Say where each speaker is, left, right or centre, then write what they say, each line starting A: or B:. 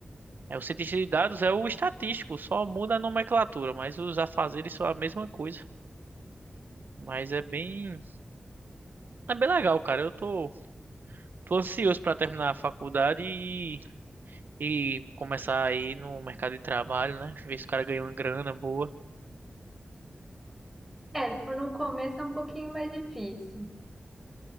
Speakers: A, on the right; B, in the centre.
A: É, o cientista de dados é o estatístico, só muda a nomenclatura, mas os afazeres são a mesma coisa. Mas é bem, é bem legal, cara. Eu tô, tô ansioso para terminar a faculdade e, e começar aí no mercado de trabalho, né? Ver se o cara ganha uma grana boa.
B: É, no começo é um pouquinho mais difícil,